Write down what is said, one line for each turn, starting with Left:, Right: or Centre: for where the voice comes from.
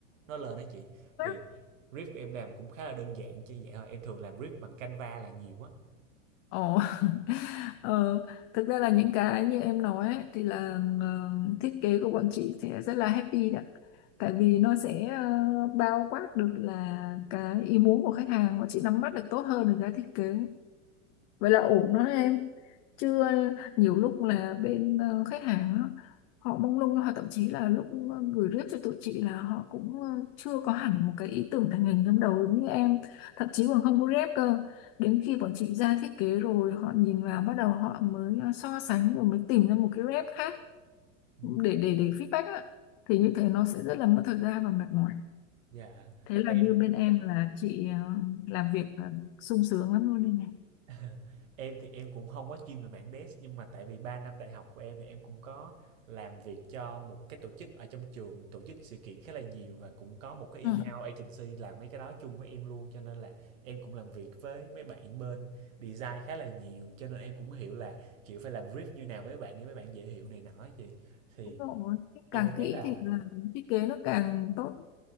Right: nó lên đó chị
Left: Ừ.
Right: thì riff của em làm cũng khá là đơn giản chứ vậy thôi em thường làm riff bằng Canva là nhiều á
Left: Ồ, <laughs> ờ, thực ra là những cái như em nói ấy, thì là ờ, thiết kế của bọn chị sẽ rất là happy đó. Tại vì nó sẽ ờ, bao quát được là cái ý muốn của khách hàng và chị nắm bắt được tốt hơn được cái thiết kế vậy là ổn đó em chứ ờ, nhiều lúc là bên ờ, khách hàng á, họ mông lung hoặc thậm chí là lúc ờ, gửi rep cho tụi chị là họ cũng ờ, chưa có hẳn một cái ý tưởng thành hình trong đầu giống như em thậm chí còn không có rep cơ đến khi bọn chị ra thiết kế rồi họ nhìn vào bắt đầu họ mới ờ, so sánh rồi mới tìm ra một cái rep khác
Right: Ừ.
Left: để để để feedback á thì như thế nó sẽ rất là mất thời gian và mệt mỏi
Right: dạ
Left: thế là
Right: em
Left: như bên em là chị ờ, làm việc là sung sướng lắm luôn đây này
Right: <laughs> em thì em cũng không có chuyên về mảng dev nhưng mà tại vì 3 năm đại học của em thì em cũng có làm việc cho một cái tổ chức ở trong trường tổ chức sự kiện khá là nhiều và cũng có một cái in-house
Left: ừ.
Right: agency làm mấy cái đó chung với em luôn cho nên là em cũng làm việc với mấy bạn bên design khá là nhiều cho nên em cũng hiểu là kiểu phải làm brief như nào với mấy bạn để mấy bạn dễ hiểu này nọ á chị thì
Left: Đúng rồi.
Right: em
Left: Càng
Right: thấy
Left: kỹ
Right: là
Left: thì là thiết kế nó càng tốt.